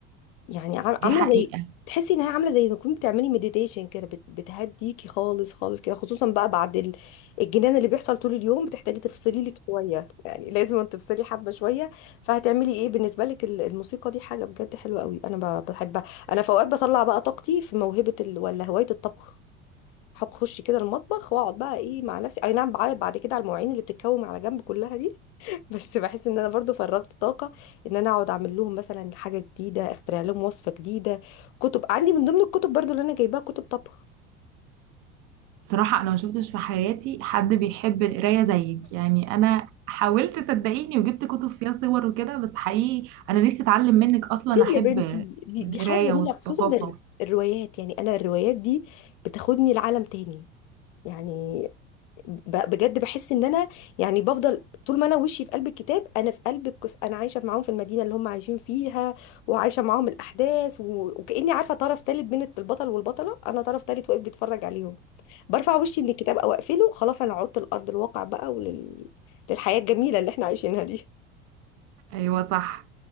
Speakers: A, on the left; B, on the right.
A: يعني عا-
B: دي
A: عامله
B: حقيقة
A: زي تحسي انها عامله زي ما تكوني بتعملي مديتيشن كده بت- بتهديكي خالص خالص كده خصوصا بقى بعد ال- الجنان اللي بيحصل طول اليوم بتحتاجي تفصلي لك شويه يعني لازم تفصلي حبه شويه فهتعملي ايه بالنسبه لك ال- الموسيقى دي حاجه بجد حلوه قوي انا ب- بحبها انا في اوقات بطلع بقى طاقتي في موهبه ال... ولا هوايه الطبخ هتخش كده المطبخ واقعد بقى ايه مع نفسي اي نعم بعيط بعد كده على المواعين اللي بتتكوم على جنب كلها دي <laughs> بس بحس ان انا برضو فرغت طاقه ان انا اقعد اعمل لهم مثلا حاجه جديده اخترع لهم وصفه جديده كتب عندي من ضمن الكتب برضو اللي انا جايباها كتب طبخ
B: بصراحة أنا ما شفتش في حياتي حد بيحب القراية زيك يعني أنا حاولت صدقيني وجبت كتب فيها صور وكده بس حقيقي أنا نفسي أتعلم منك أصلا
A: ليه
B: أحب
A: يا بنتي دي,
B: القراية
A: دي حاجه جميله
B: والثقافة
A: خصوصا الر- الروايات يعني انا الروايات دي بتاخدني لعالم تاني يعني ب- بجد بحس ان انا يعني بفضل طول ما انا وشي في قلب الكتاب انا في قلب القصه انا عايشه معاهم في المدينه اللي هم عايشين فيها وعايشه معاهم الاحداث و... وكاني عارفه طرف تالت بين البطل والبطله انا طرف تالت واقف بيتفرج عليهم برفع وشي من الكتاب او اقفله خلاص انا عدت لارض الواقع بقى ولل... للحياه الجميله اللي احنا عايشينها دي
B: أيوة صح